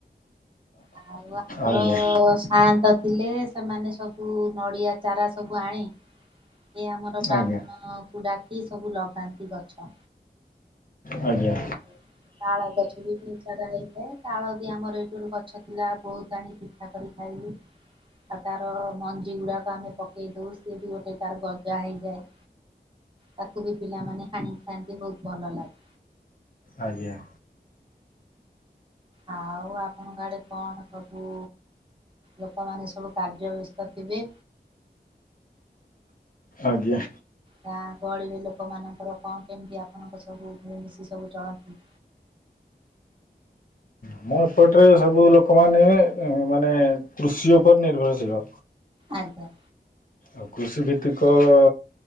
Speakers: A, on the right; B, on the left.
A: ଆଉ ଆମର
B: ଆଜ୍ଞା
A: ତ ସାୟନ୍ତ ଥିଲେ ସେମାନେ ସବୁ ନଡ଼ିଆ ଚାରା ସବୁ ଆଣି ଏ ଆମର ବ୍ରାହ୍ମଣ
B: ଆଜ୍ଞା
A: କୁ ଡାକି ସବୁ ଲଗାନ୍ତି ଗଛ।
B: ଆଜ୍ଞା
A: ଆଉ ତାଳ ଗଛ ବି ବହୁତ୍ ଖରା ହେଇଥାଏ ତାଳ ବି ଆମର ଏଇଠୁ ଗୋଟେ ଗଛ ଥିଲା ବହୁତ ଆଣି ପିଠା କରି ଖାଇଲୁ ଆଉ ତାର ମଞ୍ଜି ଗୁଡାକ ଆମେ ପକେଇ ଦଉ ସି ବି ଗୋଟେ ତାର ଗଜା ହେଇଯାଏ ତାକୁ ବି ପିଲାମାନେ ହାଣିକି ଖାଆନ୍ତି ବହୁତ ଭଲ ଲାଗେ।
B: ଆଜ୍ଞା।
A: ଆଉ ଆପଣଙ୍କ ଆଡେ କଣ ସବୁ ଲୋକମାନେ ସବୁ କାର୍ଯ୍ୟ ବ୍ୟସ୍ତ ଥିବେ
B: ଆଜ୍ଞା।
A: ଗାଁ ଗହଳିିରେ ଲୋକମାନଙ୍କର କଣ କେମତି ଆପଣଙ୍କ ସବୁ ମିଳିମିଶି ସବୁ ଚଳନ୍ତି?
B: ଆମ ଏପଟରେ ସବୁ ଲୋକମାନେ, ମାନେ କୃଷି ଉପରେ ନିର୍ଭରଶୀଳ।
A: ଆଜ୍ଞା।
B: ଆଉ କୃଷି ଭିତ୍ତିକ ଅ